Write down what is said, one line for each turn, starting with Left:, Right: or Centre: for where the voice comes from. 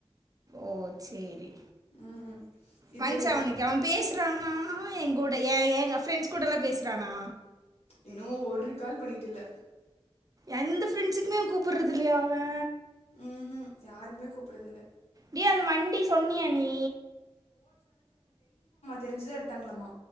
Right: ஓ சேரி
Left: ம் இது
Right: வஞ்ச்சா அவனுக்கு அவே பேசுறானா கூட ஏ ஏங்க ஃப்ரெட்ஸ் கூடல்லா பேசுறானா
Left: இன்னோ ஒருக்கால் பண்ணிட்டுல்ல
Right: எந்த ஃப்ரெண்ட்ஸுக்குமே கூப்பறது இல்லையா அவே
Left: ம் ம் யாருக்குமே கூப்பறது இல்ல
Right: டேய் அந்த வண்டி சொன்னியா நீ
Left: தெரிஞ்சுதா எடுத்தாங்களாம்மா